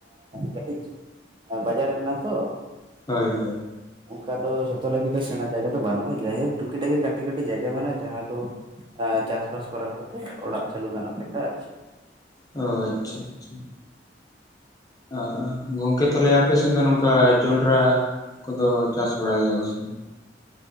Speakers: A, on the right (about 25°); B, on the left (about 20°).
A: ᱠᱟᱹᱴᱤᱡ ᱵᱟᱡᱟᱨ ᱨᱮᱱᱟ ᱛᱚ᱾
B: ᱦᱳᱭ ᱦᱳᱭ᱾
A: ᱚᱱᱠᱟ ᱫᱚ ᱡᱷᱚᱛᱚ ᱞᱟᱹᱜᱤᱫ ᱫᱚ ᱥᱮᱬᱟ ᱡᱟᱭᱜᱟ ᱫᱚ ᱵᱟᱹᱱᱩᱜᱼᱟ᱾ ᱡᱟᱭᱦᱳᱠ ᱴᱩᱠᱤ ᱴᱟᱠᱤ ᱠᱟᱹᱴᱤᱡ ᱠᱟᱹᱴᱤᱡ ᱡᱟᱭᱜᱟ ᱢᱮᱱᱟᱜᱼᱟ ᱡᱟᱦᱟᱸ ᱫᱚ ᱟᱸ ᱪᱟᱥᱵᱟᱥ ᱠᱚᱨᱟᱣ ᱠᱟᱛᱮᱫ, ᱚᱲᱟᱜ ᱪᱟᱹᱞᱩ ᱜᱟᱱᱚᱜ ᱞᱮᱠᱟ ᱟᱨ ᱪᱮᱫ᱾
B: ᱚ ᱟᱪᱪᱷᱟ ᱟᱪᱪᱷᱟ᱾ ᱟᱸ ᱜᱚᱝᱠᱮ ᱛᱟᱦᱞᱮ ᱟᱯᱮ ᱥᱮᱱ ᱫᱚ ᱱᱚᱝᱠᱟ ᱡᱚᱸᱰᱨᱟ ᱠᱚᱫᱚ ᱪᱟᱥ ᱵᱟᱲᱟᱭ ᱜᱮᱭᱟ ᱠᱚ ᱥᱮ ᱵᱟᱝ?